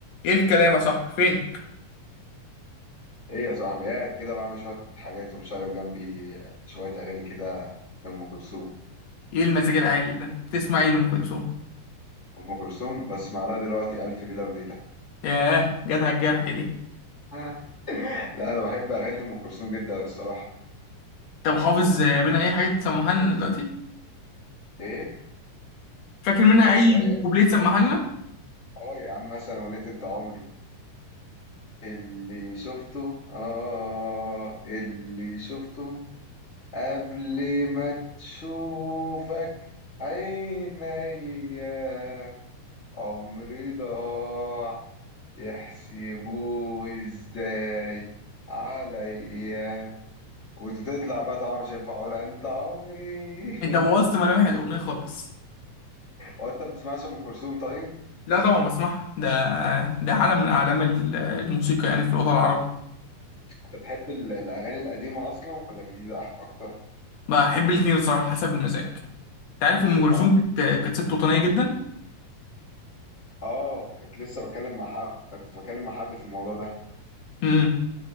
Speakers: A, on the left; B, on the left.
A: ايه الكلام يا صاحبي فين
B: ايه يا صاحبي قاعد كده بعمل شوية حاجات ومشغل جنبي شوية أغاني كده لأم كلثوم
A: ايه المزاج العالي ده تسمع ايه لأم كلثوم
B: أم كلثوم بسمع لها دلوقتي ألف ليلة وليلة
A: ياه جت على الجرح دي
B: آه. لا أنا بحب أغاني أم كلثوم جدا الصراحة
A: طب حافظ منها اي حاجة تسمعها لنا دلوقتي
B: ايه
A: فاكر منها
B: حافظ
A: اي
B: أي
A: كوبليه تسمعها لنا
B: اه يا عم مثلا أغنية أنت عمري اللي شفته آه اللي شفته قبل ما تشوفك عينيا عمري ضاع يحسبوه ازاي عليا وتطلع بقى طبعا مش هينفع اقولها انت عمري <laughs>
A: انت بوظت ملامح الأغنية خالص
B: هو انت بتسمعش ام كلثوم طيب
A: لا طبعا بسمعها ده ده عالم من أعلام ال- الموسيقى يعني في الوطن العربي
B: انت بتحب ال- الاغاني القديمه اصلا ولا الجديده أح- اكتر
A: بحب الاتنين الصراحة حسب المزاج انت عارف أم كلثوم
B: اه
A: كانت كانت ست وطنية جدا
B: اه كنت لسه بتكلم مع حد كنت بتكلم مع حد في الموضوع ده
A: امم